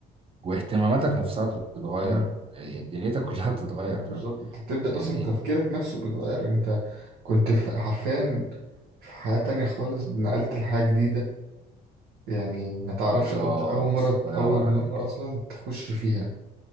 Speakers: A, on the right (about 35°); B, on the right (about 80°).
A: واهتماماتك نفسها بتتغير
B: امم
A: يعني دنيتك كلها بتتغير
B: ما بالظبط
A: فاهم
B: انت بتبدأ
A: يعني
B: اصلا تفكيرك نفسه بيتغير انت كنت في- حرفيا في حياة تانية خالص نقلت لحاجة جديدة يعني ما تعرفش
A: بالظبط
B: انت اول مرة
A: الله
B: اول
A: ينور عليك
B: مرة اصلا تخش فيها